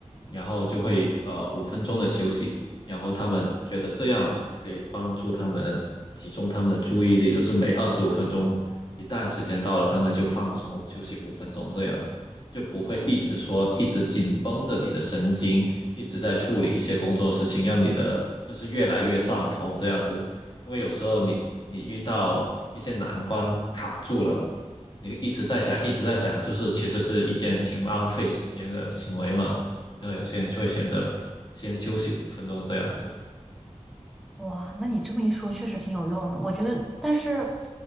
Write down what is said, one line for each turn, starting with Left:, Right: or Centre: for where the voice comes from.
Left: 然后就会呃五分钟的休息，然后他们觉得这样就可以帮助他们集中他们的注意力，就是每二十五分钟一旦时间到了，他们就放松休息五分钟这样子，就不会一直说一直紧绷着你的神经，一直在处理一些工作事情，让你的就是越来越上头这样子。因为有时候你你遇到一些难关卡住了，你一直在想，一直在想，就是其实是一件挺浪费时间的行为嘛。然后有些人就会选择先休息五分钟这样子。
Centre: 哇，那你这么一说，确实挺有用的。我觉得，但是